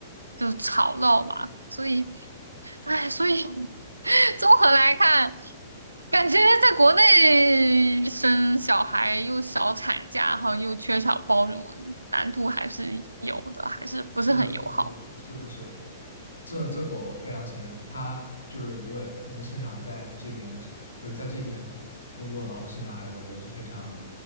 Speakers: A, on the right (about 80°); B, on the left (about 70°).
A: 就是吵闹吧。所以，哎，所以 <laughs> 综合来看，感觉在国内生小孩又少产假，然后又缺少包容，难度还是有的，还是不是很友好。
B: 是的，是的，是的，是的。这这个我非常承认，他就是如果能生小孩在这边，就是在这边工作，然后生小孩，我觉得是非常